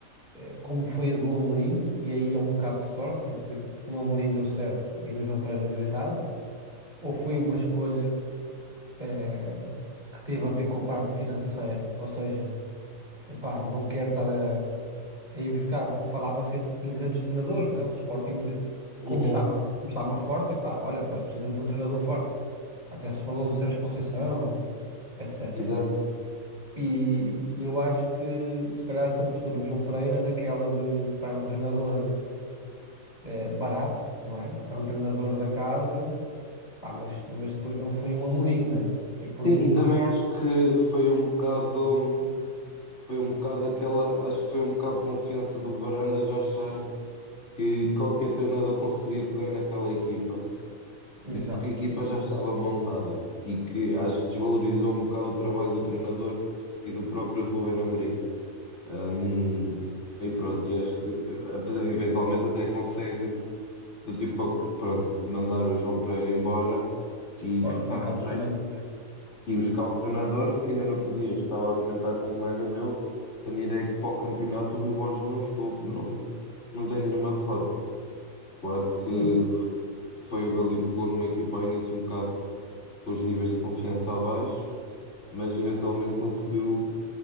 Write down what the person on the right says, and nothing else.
eh, como foi a do Amorim, e aí é um bocado de sorte, porque no Amorim deu certo e no João Pereira deu errado, ou foi uma escolha eh, que teve a ver com a parte financeira, ou seja, Epá, não quero estar a, a ir buscar, porque falava-se em, em grandes treinadores, né? O Sporting, dizer-
como estava, como estava forte, epá, olha, nós precisamos de um treinador forte. Até se falou do Sérgio Conceição, etc.
E eu acho que se calhar se apostou no João Pereira naquela de, pá, é um treinador eh, barato, não é? É um treinador da casa, pá, mas, mas depois não foi um Amorim, né? E por
muito.
Exato.
O
Sporting
acaba
por ganhar.
Sim,